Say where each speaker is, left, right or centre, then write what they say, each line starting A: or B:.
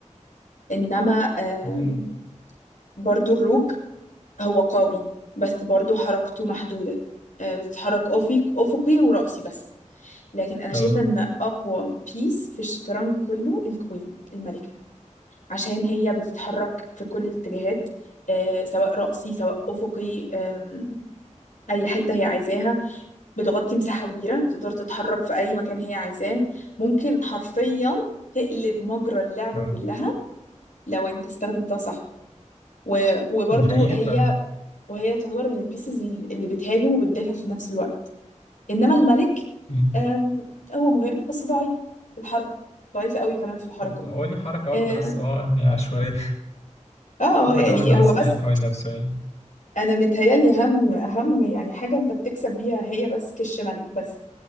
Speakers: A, on the left (about 85°); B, on the left (about 60°).
A: انما آم،
B: مم،
A: برضو الروك هو قوي بس برضو حركته محدوده آه، بتتحرك افق افقي وراسي بس لكن انا
B: اه
A: شايفه ان اقوى بيس في الشطرنج كله الكوين الملكه عشان هي بتتحرك في كل الاتجاهات آه، سواء رأسي سواء أفقي آم، أي حتة هي عايزاها بتغطي مساحة كبيرة تقدر تتحرك في أي مكان هي عايزاه ممكن حرفيا تقلب مجرى اللعبة
B: اه
A: كلها لو أنت استخدمتها صح و... وبرضو
B: حقيقي
A: هي
B: فعلا
A: وهي تعتبر من البيسز اللي بتهاجم وبتدافع في نفس الوقت إنما الملك
B: مم.
A: آم، هو مهم بس ضعيف في الحركة ضعيف قوي كمان في الحركة
B: هو ليه حركة واحدة
A: آم،
B: بس اه يعني عشوائية
A: اه
B: حركة
A: يعني
B: واحدة بس
A: هو
B: يعني
A: بس
B: حوالين نفسه يعني
A: أنا متهيألي أهم أهم يعني حاجة أنت بتكسب بيها هي بس كش ملك بس